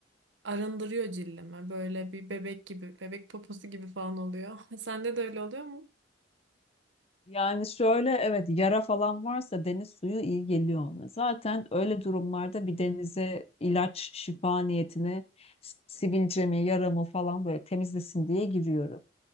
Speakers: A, on the right (about 75°); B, on the left (about 30°).
A: arındırıyor cildime. Böyle bir bebek gibi, bebek poposu gibi falan oluyor. <laughs> Sende de öyle oluyor mu?
B: Yani şöyle evet yara falan varsa deniz suyu iyi geliyor ona. Zaten öyle durumlarda bir denize ilaç şifa niyetine sivilcemi, yaramı falan böyle temizlesin diye giriyorum.